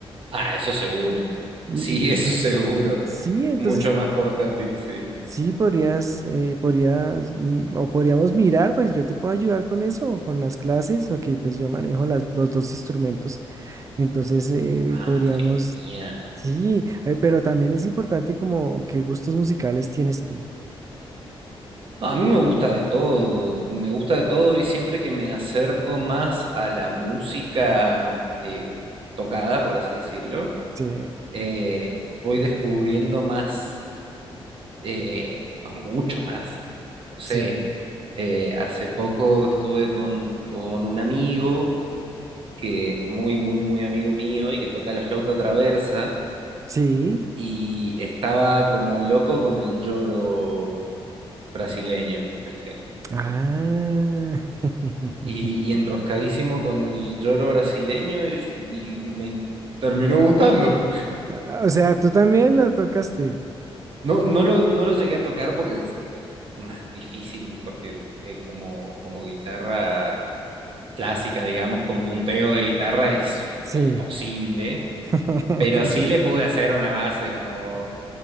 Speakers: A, on the right; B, on the right.
A: Ah, eso seguro.
B: Mm,
A: Sí,
B: mm,
A: <laughs> eso seguro.
B: Sí, entonces
A: Mucho más portátil, sí.
B: sí podrías, eh, podrías, mm, o podríamos mirar, pues yo te puedo ayudar con eso, con las clases, porque pues yo manejo las- los dos instrumentos, entonces eh,
A: Ah,
B: podríamos,
A: genial.
B: sí, eh, pero también es importante como qué gustos musicales tienes tú.
A: No, a mí me gusta de todo, me gusta de todo y siempre que me acerco más a la música eh, tocada, por así decirlo,
B: Sí.
A: eh, voy descubriendo más eh, o mucho más. No sé,
B: Sí,
A: eh, hace poco estuve con, con un amigo que es muy, muy, muy amigo mío y que toca la flauta traversa
B: sí.
A: y estaba como loco con el lloro brasileño, por ejemplo.
B: Ah. <laughs>
A: Y, y enroscadísimo con el lloro brasileño y, y me terminó gustando.
B: Ah, O sea, tú también lo tocaste.
A: No, no lo, no lo llegué a tocar porque es eh, más difícil, porque eh, como, como guitarra clásica, digamos, con punteo de guitarra es imposible,
B: Sí. <laughs>
A: pero sí le pude hacer una base como,